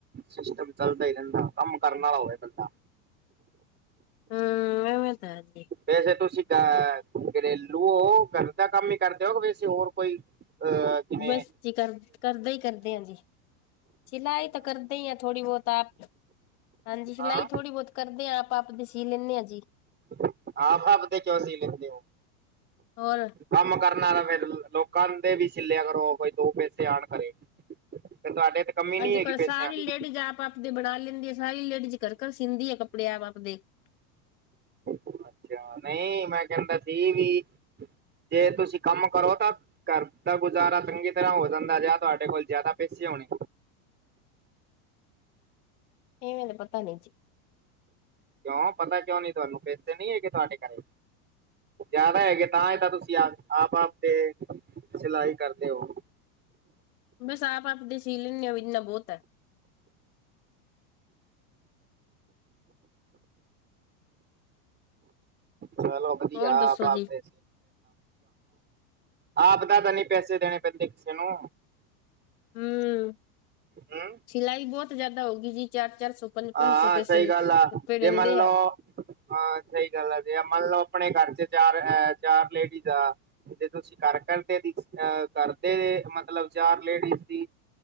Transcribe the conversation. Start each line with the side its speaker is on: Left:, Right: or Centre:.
Right: ਸਿਸਟਮ ਚੱਲਦਾ ਹੀ ਰਹਿੰਦਾ ਕੰਮ ਕਰਨ ਵਾਲਾ ਹੋਵੇ ਬੰਦਾ।
Left: ਹਮ ਵੇਂ ਤਾਂ ਅਜੀ
Right: ਵੈਸੇ ਤੁਸੀਂ ਅ ਘਰੇਲੂ ਹੋ ਗਰ ਦਾ ਕੰਮ ਹੀ ਕਰਦੇਓ ਵੈਸੇ ਹੋਰ ਕੋਈ‌। ਅ, ਕੀਵੇਂ
Left: ਬਸ ਜੀ ਕਰ, ਕਰਦੇ ਹੀ ਕਰਦੇ ਆਂ, ਜੀ। ਸਿਲਾਈ ਤਾਂ, ਕਰਦੇ ਹੀ ਆ, ਥੋੜੀ, ਬਹੁਤ ਆਪ ਹਾਂਜੀ, ਸਿਲਾਈ
Right: ਹਾਂ
Left: ਥੋੜ੍ਹੀ ਬਹੁਤ ਕਰਦੇ ਹਾਂ। ਆਪਦੇ ਸੀ ਲੈਂਨੇ ਆ ਜੀ।
Right: ਆਪ ਆਪ ਆਪਦੇ ਕਿਉਂ ਸੀ ਲੈਂਦੇ ਹੋ।
Left: ਹੋਰ
Right: ਕੰਮ ਕਰਨਾ ਤਾਂ ਫੇਿਰ ਲੋਕਾਂ ਦੇ ਵੀ ਸਿੱਲੇ ਅ ਕਰੋ ਕੋਈ। ਦੋ ਪੈਸੇ ਆਉਣ ਕਰੇ ਫ ਤੁਹਾਡੇ, ਕਮੀ ਨੀ
Left: ਅੱਜ
Right: ਹੈਗੀ
Left: ਕੱਲ੍ਹ
Right: ਪੈਸਿਆਂ
Left: ਸਾਰੀ
Right: ਦੀ
Left: ਲੇਡੀਜ਼ ਆਪ ਆਪਦੇ ਬਣਾ ਲੈਂਦੀ ਆ ਸਾਰੀ ਲੇਡੀਜ਼ ਘਰ ਘਰ ਸੀਂਦੀ ਆ ਕੱਪੜੇ ਆਪਦੇ, <inaudible>
Right: ਅੱਛਾ ਨਹੀਂ ਮੈਂ ਕਹਿੰਦਾ ਸੀ ਵੀ ਜੇ ਤੁਸੀਂ ਕੰਮ ਕਰੋ ਤਾਂ ਕਰਦਾ ਗੁਜ਼ਾਰਾ ਚੰਗੀ ਤਰ੍ਹਾਂ ਹੋ ਜਾਂਦਾ ਜ ਤੁਹਾਡੇ ਕੋਲ ਜ਼ਿਆਦਾ ਪੈਸੇ ਹੋਣੇ,
Left: ਇਹਵੇਂਲੇ ਪਤਾ ਨ ਜਜੀ
Right: ਕਿਉਂ, ਪਤਾ ਕਿਉਂ ਨੀ, ਤੁਹਾਨੂੰ! ਪੈਸੇ ਨੀ ਹੈਗੇ ਤੁਹਾਡੇ ਘਰ? ਜ਼ਿਆਦਾ ਹੈਗੇ ਤਾਂ, ਹੀ, ਤਾਂ, ਤੁਸੀਂ ਆਪ, ਆਪ-ਆਪ ਤੇ, ਸਿਲਾਈ ਕਰਦੇ ਹੋ।
Left: ਬਸ, ਆਪ-ਆਪਦੇ ਸੀ ਲੈਂਨੇ ਆ, ਇੰਨਾ ਬਹੁਤ ਹੈ।
Right: ਚਲੋ, ਵਧੀਆ!
Left: ਹੋਰ ਦੱਸੋ
Right: ਆਪ-ਆਪਦੇ
Left: ਜੀ
Right: ਆਪਦਾ ਤਾਂ, ਨਹੀਂ ਪੈਸੇ ਦੇਣੇ ਪੈਂਦੇ ਕਿਸੇ ਨੂੰ।
Left: ਹੁੰ।
Right: ਹੰ
Left: ਸਿਲਾਈ ਬਹੁਤ ਜਿਆਦਾ ਹੋ ਗਈ ਜੀ। ਚਾਰ-ਚਾਰ ਸੌ, ਪੰਜ-ਪੰਜ
Right: ਹਾਂ
Left: ਸੌ, ਪੇਸ਼ੇ,
Right: ਸਹੀ ਗੱਲ ਆ
Left: ਰੁਪਏ ਲੇਂਦੇ
Right: ਜੇ ਮੰਨ ਲਓ
Left: ਆ।
Right: ਹਾਂ, ਸਹੀ ਗੱਲ ਆ, ਜੇ, ਆ ਮੰਨ ਲਓ, ਆਪਣੇ ਘਰ'ਚ ਚਾਰ-ਚਾਰ ਲੇਡੀਜ਼ ਆ ਜੇ ਤੁਸੀਂ ਕਰ, ਕਰਦੇ, ਅਹ ਕਰਦੇ ਮਤਲਬ, ਚਾਰ ਲੇਡੀਜ਼ ਦੀ